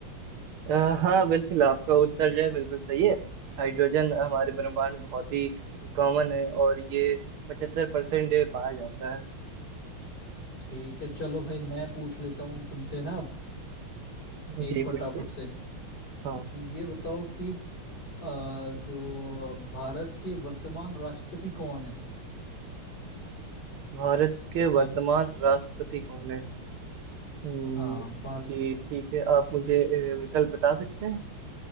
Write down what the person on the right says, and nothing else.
अ, हाँ बिल्कुल आपका उत्तर जो है बिल्कुल सही है हाइड्रोजन हमारे ब्रह्मांड में बहुत ही कॉमन है और ये पचहत्तर परसेंट पाया जाता है
जी
पूछिए
हाँ
भारत के
वर्तमान राष्ट्रपति कौन है हम्म,
जी ठीक है आप मुझे अ, विकल्प बता सकते हैं